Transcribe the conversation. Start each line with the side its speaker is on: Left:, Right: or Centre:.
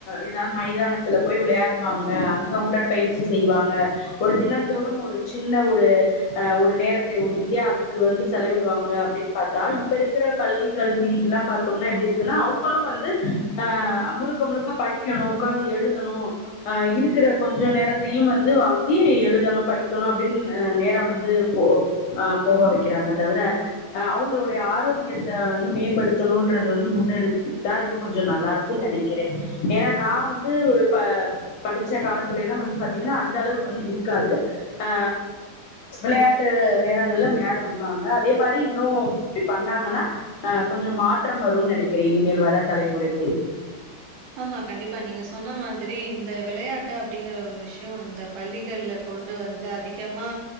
Left: ஏதாவது மைதானத்துல போய் விளையாடுவாங்க அங்க உடற் பயிற்சி செய்வாங்க ஒரு தினம் தோறும் ஒரு சின்ன ஒரு அ ஒரு நேரத்தை ஒதுக்கி அதுக்கு வந்து செலவிடுவாங்க அப்டின் பாத்தா இப்ப இருக்கற பள்ளி கல்வி எல்லா பாத்தோம்னா எப்டி இருக்குன்னா அவுங் வந்து அ முழுக்க முழுக்க படிக்கணு உக்காந்து எழுதணு அ இருக்கிற கொஞ்ச நேரத்தையு வந்து வாங்கி எழுதணு படிக்கணு அப்டின் நேரம் வந்து போ அ போக வக்கிறாங்க தவிர அ அவுங்களுடைய ஆரோக்கியத்த வந்து மேம்படுத்தணுன்றது வந்து முன்னெடு தா இன்னு கொஞ்ச நல்லா இருக்கு நெனக்கிறே ஏனா நா வந்து ஒரு ப படிச்ச காலத்துலிலா வந்து பாத்தீங்கன்னா அந்தளவு வந்து இருக்காது ஆ விளையாட்டு நேரங்கள்ல விளையா ட விடுவாங்க அதே மாரி இன்னு இப்டி பண்ணாங்கன்னா அ கொஞ்ச மாற்றம் வரும் நெனக்கிறே இனிமேல் வர தலைமுறைக்கி
Right: ஆமா கண்டிப்பா நீங்க சொன்ன மாதிரி இந்த வெளையாட்டு அப்டிங்கற ஒரு விஷ்யோ வந்து பள்ளிகள்ல கொண்டு வந்து அதிகமா